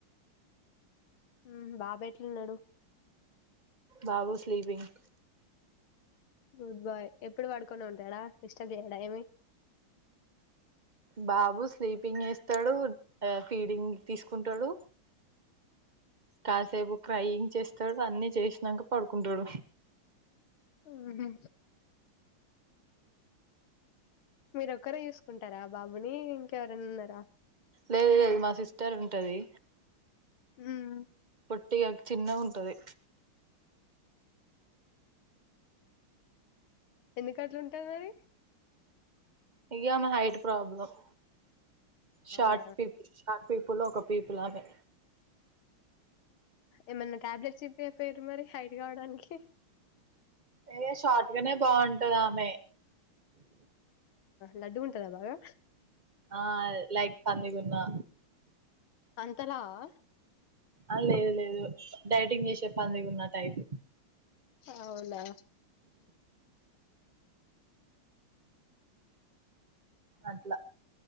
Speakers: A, on the left (about 80°); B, on the right (about 35°).
A: ఉమ్ బాబు ఎట్లున్నాడు.
B: బాబు స్లీపింగ్
A: గుడ్ బాయ్ ఎప్పుడు పడుకొనే ఉంటాడా, డిస్టర్బ్ చేయడా ఏమి
B: బాబు స్లీపింగ్ ఏస్తాడు, ఫీడింగ్ తీసుకుంటడు, కాసేపు క్రైయింగ్ చేస్తాడు అన్ని చేసినంక పడుకుంటడు.
A: మ్ హు మీరొక్కరే చూసుకుంటారా బాబుని ఇంకెవరైనా ఉన్నారా.
B: లేదు లేదు మా సిస్టర్ ఉంటది.
A: మ్మ్
B: టి చిన్నగా ఉంటది.
A: ఎందుకు అట్ల ఉంటది మరి
B: ఇగ ఆమ హైట్ ప్రాబ్లమ్ షార్ట్
A: అవునా
B: పిపు షార్ట్ పీపుల్లో ఒక పీపులామే.
A: ఏమన్నా టాబ్లెట్స్ ఇప్పపోయిరు మరి హైట్ కావడానికి
B: ఏ షార్ట్ గానే బాగుంటది ఆమె
A: లడ్డుగా ఉంటదా బాగా
B: ఆ లైక్ పందిగున్నా
A: అంత లావా
B: ఆ లేదు లేదు డైటింగ్ చేసే పంది గున్న టైపు
A: అవునా
B: అట్లా